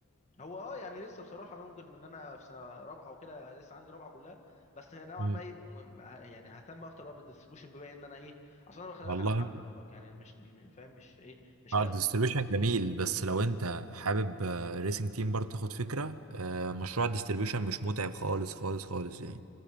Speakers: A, on the left; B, on the right.
A: هو اه يعني لسه بصراحه ممكن ان انا في سنه رابعه وكده لسه عندي رابعه كلها بس نوعا
B: مم.
A: ما ايه م- يعني ههتم اكتر بقى بالديستريبيوشن بما ان انا ايه اصل انا خلي بالك
B: والله
A: انا حابه برضك يعني مش م- فاهم مش ايه مش
B: اه
A: كارهه
B: الديستريبيوشن جميل بس لو انت حابب الريسنج تيم برضه تاخد فكرة آه، مشروع الديستريبيوشن مش متعب خالص خالص خالص